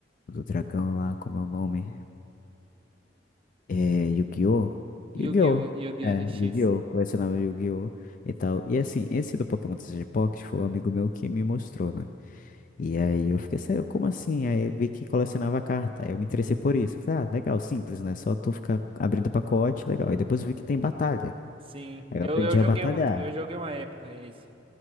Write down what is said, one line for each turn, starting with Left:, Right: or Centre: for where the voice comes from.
Left: do dragão lá, como é o nome? É, Yu-Gi-Oh! Yu-Gi-Oh!
Right: Yu-Gi-Oh! Yu-Gi-Oh!
Left: É,
Right: GX.
Left: Yu-Gi-Oh! Colecionava Yu-Gi-Oh! e tal. E assim, esse do Pokémon TCG Pocket foi um amigo meu que me mostrou, né? E aí eu fiquei assim, como assim? Aí eu vi que colecionava carta. Aí eu me interessei por isso. Eu falei, ah, legal, simples, né? Só tu ficar abrindo pacote, legal. Aí depois eu vi que tem batalha.
Right: Sim,
Left: Aí
Right: eu,
Left: eu aprendi
Right: eu joguei
Left: a batalhar.
Right: um, eu joguei uma época esse.